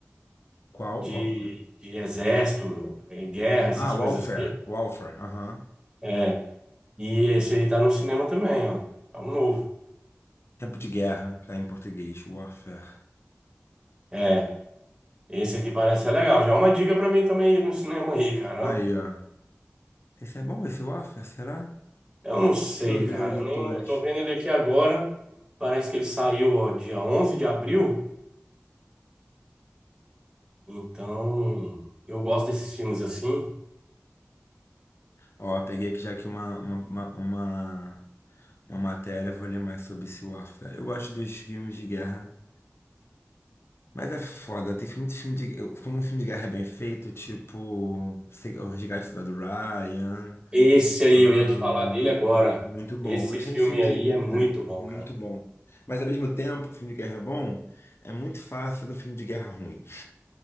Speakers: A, on the left; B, on the right.
A: Qual?
B: De,
A: Warfare.
B: de exército, eh, guerra, essas
A: Ah,
B: coisas
A: Warfare.
B: assim.
A: Warfare, aham.
B: É. E esse aí tá no cinema também, ó. É um novo.
A: Tempo de Guerra, tá em português. Warfare.
B: É. Esse aqui parece ser legal. Já é uma dica pra mim também ir no cinema aí, cara.
A: Aí,
B: ó.
A: ó. Esse é bom, esse Warfare, será?
B: Eu não sei,
A: Deixa eu ver
B: cara.
A: os
B: Eu,
A: atores.
B: nem, eu tô vendo ele aqui agora. Parece que ele saiu, ó, dia onze de abril. Então, eu gosto desses filmes assim.
A: Ó, peguei aqui já aqui uma, uma, uma, uma, uma matéria, vou ler mais sobre esse Warfare. Eu gosto dos filmes de guerra, mas é foda, tem filme, muito filme de... eu- Como um filme de guerra é bem feito, tipo... sei- O Resgate do Soldado Ryan...
B: Esse aí,
A: ah,
B: eu ia te falar dele agora.
A: muito bom,
B: Esse
A: mas
B: filme
A: tem filme de
B: aí
A: guerra...
B: é muito bom,
A: é, Muito
B: cara.
A: bom. Mas ao mesmo tempo, que o filme de guerra é bom, é muito fácil fazer um filme de guerra ruim.